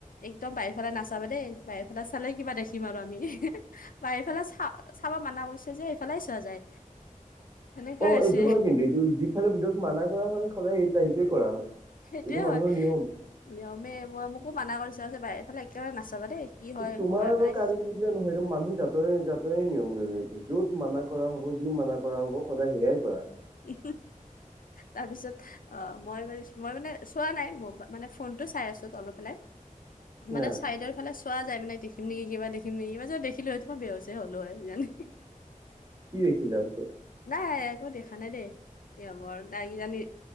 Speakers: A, on the left; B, on the right.
A: একদম বাহিৰ ফালে নাচাবা দেই বাহিৰ ফালে চালে কিবা দেখিম আৰু আমি বা এইফালে চা চাব মাননা কৰিছে যে এইফালে চোৱা যায় সেনেকুৱা
B: অ
A: হৈছে
B: এইটো হয় কিন্তু এইটো যিফালে যত মানা কৰা হয় সদায় স সেইটোোৱে কৰা হয়
A: সেইটোৱে
B: এইটো মানুহৰ
A: হয়
B: নিয়ম।
A: নিয়মেই মই মোকো মানা কৰিছ বাহিৰৰফালে একেবাৰে নাচাবা দেই কি হয়
B: তোমাৰ
A: ক'বা মানে
B: বা কাৰো বুলিলে নহয় এক মানুহ জাতৰে জাতৰে নিয়ম ন য'ত মানাক কৰা হ'ব যিম মানা কৰা হ'ব সদায় সেয়াই কৰা
A: উ তাৰ পিছত অ মই মই মানে চোৱা নাই ম মানে ফোনতটো চাই আছো অলপ অলপ মানে
B: হা
A: চাইডৰ ফালে চোৱা যায় মানে দেখিম নেকি কিবা দেখিম নেকি কিবা যে দেখিলোহেইটোমা বেৰচছে হ'লো হয় জানি
B: কি দেখিলা পিছত
A: নাই একো দেখা নাই দেই সেয়া বৰ তাইজানি